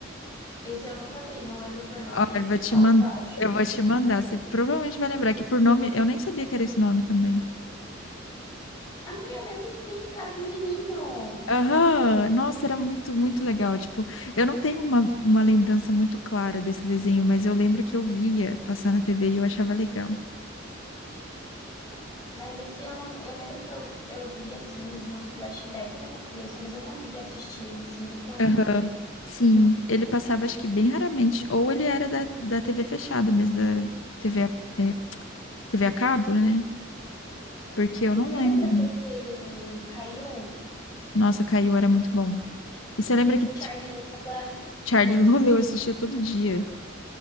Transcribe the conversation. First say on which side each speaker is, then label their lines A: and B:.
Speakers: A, on the left (about 20°); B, on the left (about 85°).
A: Esse eu nunca vi, não lembro por nome
B: Olha,
A: nem
B: eu
A: por
B: vou
A: foto,
B: te mandar.
A: eu acho.
B: eu vou te mandar. Você provavelmente vai lembrar que por nome, eu nem sabia que era esse nome também.
A: Ah, eu lembro sim, Casa do Menininho.
B: Aham, Nossa, era muito, muito legal. Tipo, eu não tenho uma, uma lembrança muito clara desse desenho, mas eu lembro que eu via passar na TV e eu achava legal.
A: Mas esse eu não. Eu lembro que eu, eu vi, assim, de uns flashbacks na minha cabeça, mas eu não lembro de assistir ele, assim, recorrente.
B: Aham. Sim, ele passava acho que bem raramente, ou ele era da, da TV fechada mesmo, da TV a, é, TV a cabo, né? Porque eu não
A: Você
B: lembro.
A: lembra daquele caiu?
B: Nossa, Caiu era muito bom. E você lembra que
A: Charlie Lula?
B: Charlie <laughs> Lula eu assistia todo dia.